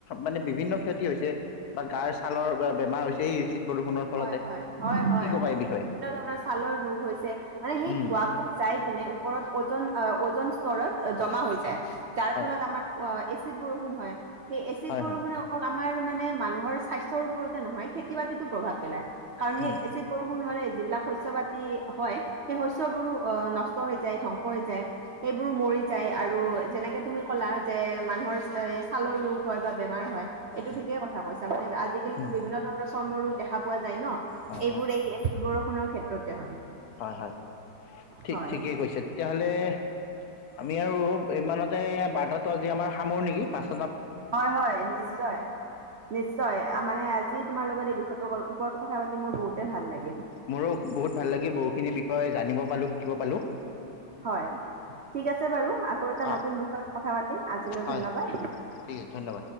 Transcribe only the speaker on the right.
হয় হয় হয় হয়
বিভিন্ন ধৰণৰ ছালৰ ৰোগ হৈছে, মানে সেই
ধোঁৱাবোৰ যাই পিনে ওপৰত অ'জন অ', অ'জন স্তৰত জমা হৈ যায়। যাৰ
ফলত আমাৰ ওৱা এ চিদ বৰষুণ হয়। সেই এচিড
বৰষুণে
অকল আমাৰ মানে মানুহ স্বাস্থ্যৰ ওপৰতে নহয় খেতি বাতিটো প্ৰভাৱ পেলাই। কাৰণ
সেই বৰষুণ হ'লে যিবিলাক শস্য পাতি হয় সেই শস্যবোৰো নষ্ট হৈ যায় ধ্বংস হৈ যায়, সেইবোৰো মৰি যায় আৰু যেনেকে তুমি ক'লা যে মানুহৰ এ ছালৰ ৰোগ হয় বা বেমাৰ হয়। এইটো
ঠিকেই কথা কৈছ মানে আজিকালিটো
বিভিন্ন ধৰণৰ চৰ্ম ৰোগ দেখা পোৱা যায় ন'।
এইবোৰেই
এচিড বৰষুণ নৰ ক্ষেত্ৰতে হয়।
হয়,
হয়, হয়, নিশ্চয়, নিশ্চয় মানে আজ জি তোমাৰ লগত বিষয়টো ওপৰত কথা পাতি মোৰ বহুতে ভাল লাগিল।
হয়, ঠিক আছে বাৰু আকৌ এ
নতুত বিষয়ত কথা পাতিম আজিলৈ
ধন্যবাদ।